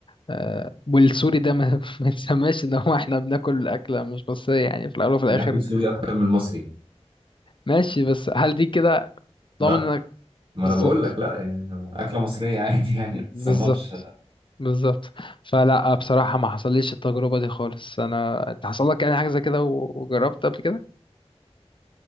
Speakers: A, on the left; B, on the right.
A: آه... والسوري ده ما, <laughs> ما تسماش إن هو إحنا بناكل أكلة مش بس يعني في الأول وفي الآخر
B: بناكل سوري أكتر من المصري
A: ماشي بس هل دي كده
B: لا
A: ضامن انك
B: ما
A: بالظبط
B: أنا بقول لك لا يعني أكلة مصرية <laughs> عادي يعني
A: بالظبط
B: ما تتصنفش
A: بالظبط فلا بصراحة ما حصليش التجربة دي خالص انا انت حصل لك يعني حاجة زي كده و- وجربت قبل كده